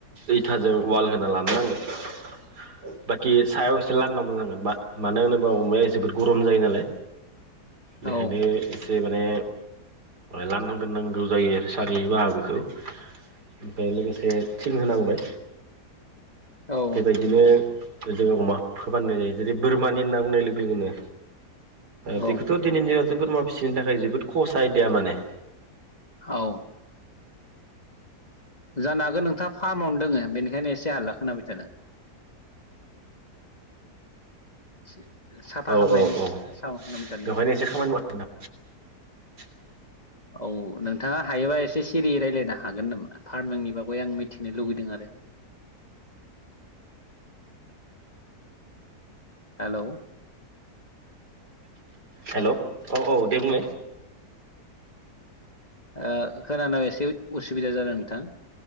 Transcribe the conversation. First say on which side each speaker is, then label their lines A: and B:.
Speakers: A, on the right (about 80°); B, on the left (about 25°).
A: इथाजों वाल होना लानो नांगोन। बाखि सायाव एसे लांदां-लांदां। मा-मानो होनोबा अमाया जोबोद गरम जायो नालाय। बेखायनो
B: औ
A: एसे माने लांदां दोनांगौ जायो आरो सानि बाहागोखौ। ओमफ्राय लोगोसे थिं होनांबाय
B: औ
A: बेबायदिनो जोङो अमा फोबाननाय जायो जेरै- बोरमानि ना बुंनाय लोगो-लोगोनो।
B: औ
A: बेखौथ' दिनैनि दिनावथ' बोरमा फिसिनो थाखाय जोबोद खस आयदाया माने।
B: औ। जानो हागो नोंथाङा फार्मावनो दोङो बेनिखायनो एसे हला खोनाबाय थादों। <unintelligible> साफा
A: औ
B: खामनायनिस
A: औ
B: साहन खालामबाय
A: बेवहायनो
B: <inaudible>
A: एसे खामानि मावगासिनो दं <unintelligible>
B: औ नोंथाङा हायोबा एसे सिरि रायलायनो हागोन नामा फार्मिंनि बागै आं मिथिनो लुुबैदों आरो।
A: <unintelligible>
B: हेलौ।
A: हेलौ औ-औ दे बुंलाय।
B: ओ खोनानायाव एसे उसुबिदा जादों नोंथां।